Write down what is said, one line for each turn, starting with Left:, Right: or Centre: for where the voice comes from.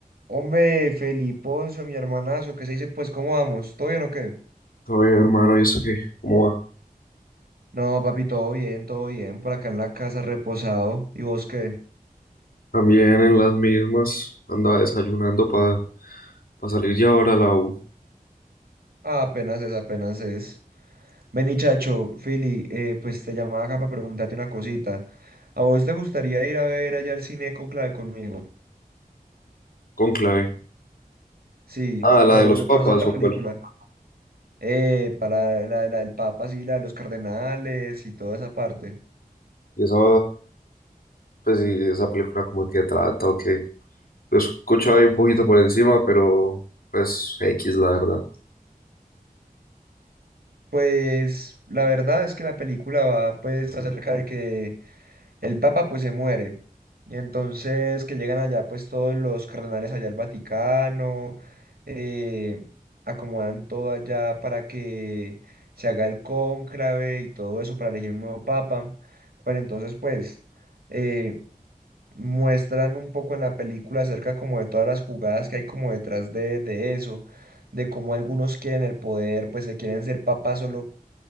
Right: Hombre, Feliponcio, mi hermanazo, ¿qué se dice? Pues, ¿cómo vamos? ¿Todo bien o qué?
Left: Oye, hermano, ¿y eso qué? ¿Cómo va?
Right: No, papi, todo bien, todo bien. Por acá en la casa, reposado. ¿Y vos qué?
Left: También en las mismas andaba desayunando para salir ya ahora a la U
Right: Ah, apenas es, apenas es. Vení, chacho, Fili, eh, pues te llamaba acá para preguntarte una cosita. ¿A vos te gustaría ir a ver allá al cine con Clave conmigo?
Left: con clave.
Right: Sí,
Left: Ah, la
Right: no,
Left: de los
Right: que
Left: Oh, papas
Right: conoces la
Left: o
Right: película.
Left: cuál.
Right: Eh, para la, la del Papa, sí, la de los cardenales y toda esa parte.
Left: Y esa, pues sí, esa película como que trata o qué. Lo escuchaba ahí un poquito por encima, pero pues X, la verdad.
Right: Pues, la verdad es que la película va, pues, acerca de que El Papa pues se muere. Y entonces que llegan allá pues todos los cardenales allá al Vaticano, eh, acomodan todo allá para que se haga el cónclave y todo eso para elegir un nuevo Papa. Pero entonces pues eh, muestran un poco en la película acerca como de todas las jugadas que hay como detrás de, de eso, de cómo algunos quieren el poder, pues se quieren ser papas solo